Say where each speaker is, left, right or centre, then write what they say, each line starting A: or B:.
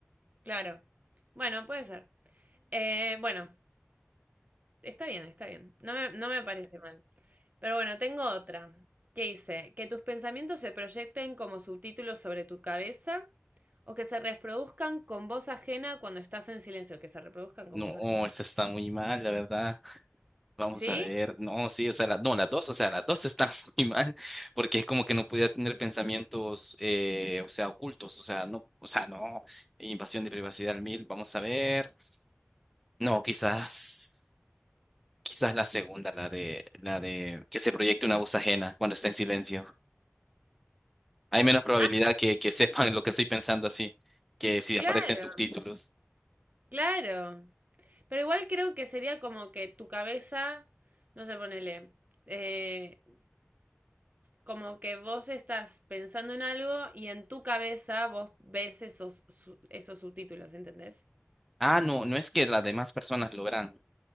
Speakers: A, on the right (about 35°); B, in the centre.
A: Claro. Bueno, puede ser. Eh, bueno, está bien, está bien. No me, no me parece mal. Pero bueno, tengo otra. que dice? Que tus pensamientos se proyecten como subtítulos sobre tu cabeza o que se reproduzcan con voz ajena cuando estás en silencio, que se reproduzcan con
B: No,
A: voz ajena.
B: esta está muy mal, la verdad. Vamos
A: ¿Sí?
B: a ver, no, sí, o sea, la- no, las dos, o sea, las dos están <laughs> muy mal, porque es como que no podía tener pensamientos, eh, o sea, ocultos, o sea, no, o sea, no, invasión de privacidad al mil, vamos a ver. No, quizás. Quizás la segunda, la de, la de que se proyecte una voz ajena cuando está en silencio. Hay menos probabilidad
A: Ah,
B: que, que <laughs> sepan lo que estoy pensando así, que si
A: claro,
B: aparecen subtítulos.
A: claro. Pero igual creo que sería como que tu cabeza, no sé, ponele, eh, como que vos estás pensando en algo y en tu cabeza vos ves esos, su- esos subtítulos, ¿entendés?
B: Ah, no, no es que las demás personas lo verán.